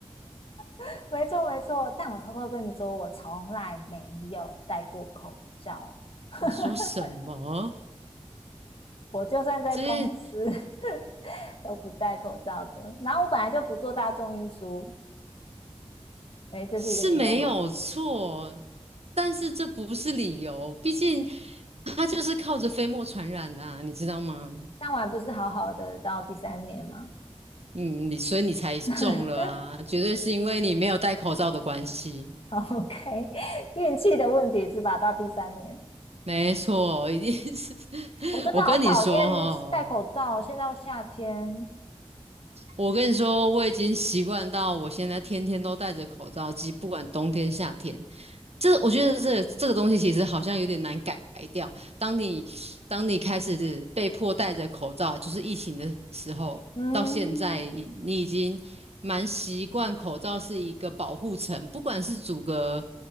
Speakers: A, on the left; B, on the right.
A: <laughs> 没错没错。但我偷偷跟你说，我从来没有戴过口罩，
B: <laughs>
A: <laughs>
B: 你说什么？
A: 我就算在公司
B: 这些
A: <laughs> 都不戴口罩的。然后我本来就不坐大众运输，哎，这是一个理由吗？
B: 是没有错，但是这不是理由，毕竟它就是靠着飞沫传染的啊，你知道吗？
A: 但我还不是好好的到第三年吗？
B: 嗯，你所以你才中了啊，
A: <laughs>
B: 绝对是因为你没有戴口罩的关系。
A: 好，OK，<laughs> 运气的问题是吧？到第三年，
B: 没错，一定是。<laughs>
A: 我真的好讨厌戴口罩。
B: 我跟你说哈、
A: 现在又夏天，
B: 我跟你说，我已经习惯到我现在天天都戴着口罩，即不管冬天夏天。这我觉得这个这个东西其实好像有点难改掉。当你当你开始是被迫戴着口罩，就是疫情的时候，
A: 嗯，
B: 到现在你已经蛮习惯口罩是一个保护层，不管是阻隔